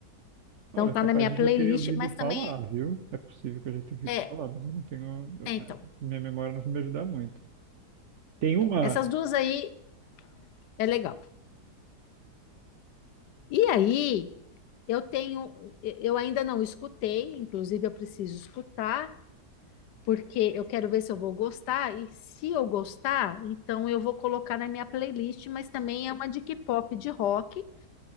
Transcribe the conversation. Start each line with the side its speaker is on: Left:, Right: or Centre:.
Left: Então
Right: Olha,
Left: tá
Right: capaz
Left: na minha
Right: de
Left: playlist,
Right: eu já ter ouvido
Left: mas
Right: falar,
Left: também
Right: viu? É possível que eu já tenha ouvido
Left: é,
Right: falar, mas eu não tenho. eu-
Left: é então,
Right: eh, minha memória não vai me ajudar muito. Tem uma.
Left: essas duas aí é legal. E aí, eu tenho, eu ainda não escutei, inclusive eu preciso escutar, porque eu quero ver se eu vou gostar, e se eu gostar, então eu vou colocar na minha playlist, mas também é uma de K-pop de rock,